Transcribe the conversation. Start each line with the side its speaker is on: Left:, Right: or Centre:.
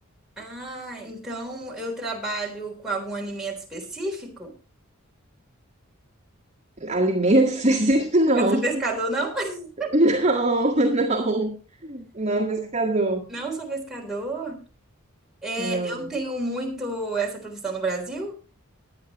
Centre: ah, então eu trabalho com algum alimento específico?
Right: Alimento <laughs> específico, não.
Centre: Eu não sou pescador, não? <laughs>
Right: Não, não. Não é pescador.
Centre: Não sou pescador. É,
Right: Não.
Centre: eu tenho muito essa profissão no Brasil.